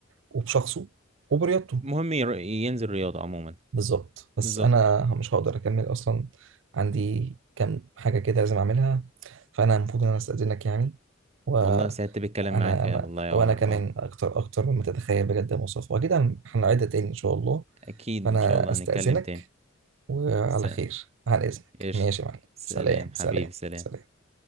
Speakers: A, on the right; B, on the right.
A: وبشخصه وبرياضته
B: مهم ير- ينزل رياضة عموما
A: بالظبط بس
B: بالظبط
A: أنا مش هقدر أكمل أصلا عندي كام حاجة كده لازم أعملها فأنا المفروض إن أنا أستأذنك يعني وأنا
B: والله سعدت بالكلام معاك
A: أنا
B: يا والله يا
A: وأنا
B: عمر
A: كمان
B: اه
A: أكتر أكتر مما تتخيل بجد يا مصطفى وأكيد هنعيدها تاني إن شاء الله
B: اكيد
A: فأنا
B: ان شاء الله
A: أستأذنك
B: هنتكلم تاني
A: وعلى
B: س-
A: خير على إذنك
B: قشطة
A: ماشي يا معلم
B: سلام
A: سلام
B: حبيبي
A: سلام
B: سلام
A: سلام